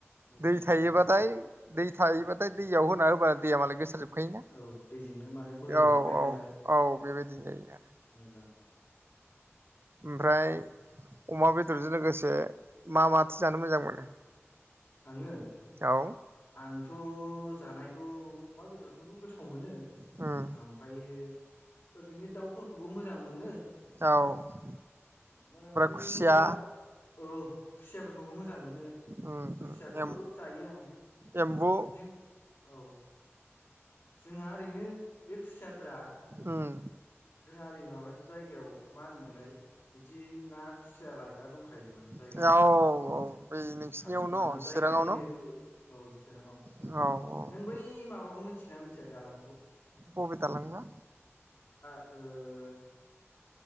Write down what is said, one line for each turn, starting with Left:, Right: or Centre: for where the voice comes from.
Left: मोजां
Right: दै
Left: नांसरजोबासो
Right: थायोबाथाय दै थायोबाथाय दैयाव होना होबानो दैया मालाय गोसार जोब खायोना
Left: औ दैजोंनो माने बोहैलांजोबखायो
Right: औ औ
Left: नालाय
Right: औ बेबायदिनो जायो आरो।
Left: मोजां
Right: ओमफ्राय अमा बेदरजों लोगोस से मा माथो जानो मोजां मोनो?
Left: आङो?
Right: औ
Left: आंथ' जानायखौ अमा बेदर खौबो गोथाव मोनो
Right: उम
Left: ओमफायो ओरैनो दाउफोरखौबो मोजां मोनो।
Right: औ ओमफ्राय
Left: मथामथि
Right: खुसिया
Left: गा ओह खुसियाफोरखौबो मोजां मोनो
Right: उम
Left: खुसियाखौथ'
Right: उम एम
Left: जायो आं।
Right: एम्बु
Left: जों औ। जोंहा ओरैनो बे खुसियाफ्रा
Right: उम।
Left: जों आरो माबा जायगायाव मा होनोमोनलाय बिदि ना खुसिया लायग्रा दंख खायो माने जायगा
Right: औ औ बै नोंसिनियाव
Left: खाथ
Right: न'
Left: मानि
Right: चिराङाव
Left: जायगानिनो
Right: न'
Left: औ औ चिराङाव।
Right: औ औ
Left: नों बै माबाखौ मिथिगोना मिथिया दालांखौ।
Right: बबे दालां बा?
Left: ओह